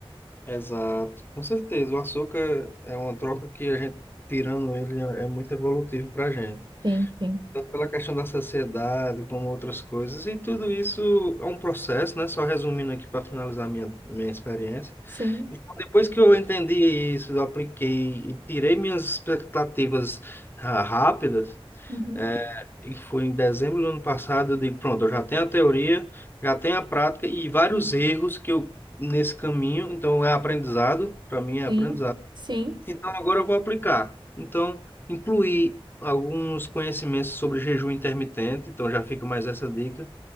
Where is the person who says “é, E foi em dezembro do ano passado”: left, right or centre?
Left